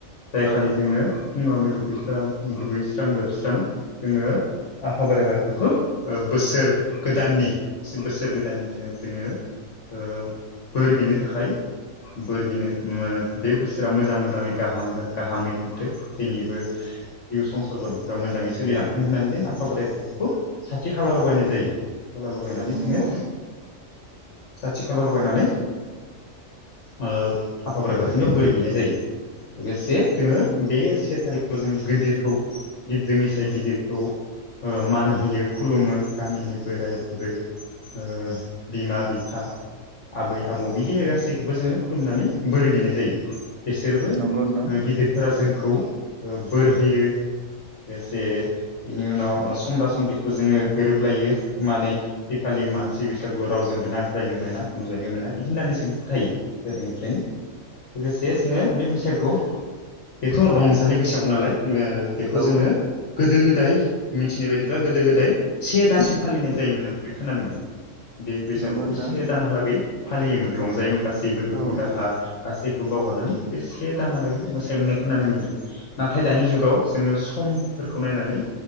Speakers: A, on the left; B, on the right.
A: जाय खालि
B: औ
A: जोङो फुङावनो दुगैस्रां दुगैस्रां लोबस्रां जोङो आफा बोराइ बाथौखौ ओ बोसोर गोदाननि बोसोर गोदाननि थाखाय जोङो ओ बोर बिनो थाखाय बोर बिनो बे बोसोरा मोजां मोजाङै गाहाम गाहामै थांथों जोंनिबो जिउ संसार जानायफोरा मोजाङै सोलिलांथों होननानै जों आफा बोराइ बाथौखौ साथि खाला लगायनाय जायो खाला लगायनानै
B: औ
A: जोङो
B: नंगौ
A: साथि खाला लगायनानै ओ आफा बोराइ बाथौनियाव बोर बिनाय जायो लोगोसे जोङो बे से थारिख जों गिदिरखौ गिदिरनि सायाव गिदिरखौ ओ मान होयो खुलुमो गामिनि बोराय बुरै ओ बिमा बिफा आबै आबौ बिदि गासैखौबो जोङो खुलुमनानै बोर बिनाय जायो बिसोरबो
B: नंगौ नोंथां
A: गिदिरफोरा जोंखौ बोर होयो लोगोसे बिनि उनाव समब्रा समब्रिखौ जोङो गोरोबलायो माने बेखालि मानसि बैसागु रावजोंबो नांज्लायनो मोना खोमज्लायनो मोना बिदि होननानै जों फोथायो गोदोनिफ्रायनो लोगोसे जोङो बे बैसागो बेखौ रंजा रंजालि बैसागो नालाय बेखौ
B: औ
A: जोङो गोदो गोदाय मिथिनाय बायदिबा गोदो गोदाय से दानसिम फालिनाय जायोमोन होननानै खोनानो मोनो बे बैसागोखौ
B: नंगौ नोंथां
A: से दानहालागै फालियोमोन रंजायोमोन गासैबो दुखु
B: औ
A: दाहा गासैखौ बावगारनानै बे से दानालागै मोसानायमोन होननानै खोनानो मोनदों नाथाय दानि जुगाव जोङो समफोरखौ नायनानै